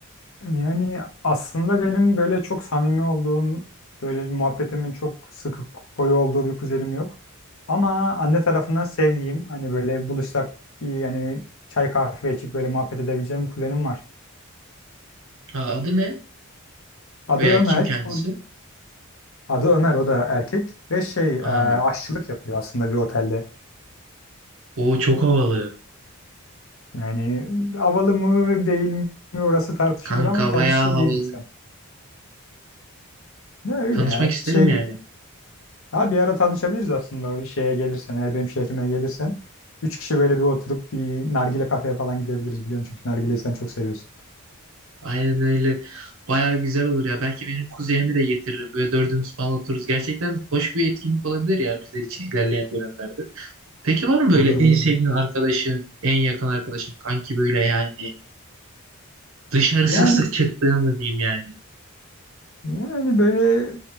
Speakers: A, on the left (about 65°); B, on the right (about 65°).
A: Yani aslında benim böyle çok samimi olduğum, böyle muhabbetimin çok sıkı koyu olduğu bir kuzenim yok. Ama anne tarafından sevdiğim, hani böyle buluşsak bir yani çay kahve içip böyle muhabbet edebileceğim bir kuzenim var.
B: Ha, adı ne?
A: Adı
B: Veya
A: Ömer,
B: kim kendisi?
A: o- adı Ömer o da erkek ve şey e,
B: Aa,
A: aşçılık yapıyor aslında bir otelde.
B: o çok havalı.
A: Yani havalı mı değil mi orası tartışılır
B: Kanka
A: ama kendisi
B: bayağı
A: çok
B: havalı.
A: iyi bir insan. Ne öyle
B: Tanışmak
A: ya
B: isterim
A: şey
B: yani.
A: Ha bir ara tanışabiliriz aslında o şeye gelirsen, eğer benim şehrime gelirsen. Üç kişi böyle bir oturup bir nargile kafeye falan gidebiliriz biliyorum çünkü nargileyi sen çok seviyorsun.
B: Aynen öyle. Bayağı güzel olur ya. Belki benim kuzenimi de getiririm. Böyle dördümüz falan otururuz. Gerçekten hoş bir etkinlik olabilir ya bizler için ilerleyen dönemlerde. Peki var mı böyle
A: Olur
B: en
A: olur.
B: sevdiğin arkadaşın, en yakın arkadaşın, kanki böyle yani dışarı
A: Yani
B: sık sık çıktığın mı diyeyim yani?
A: yani böyle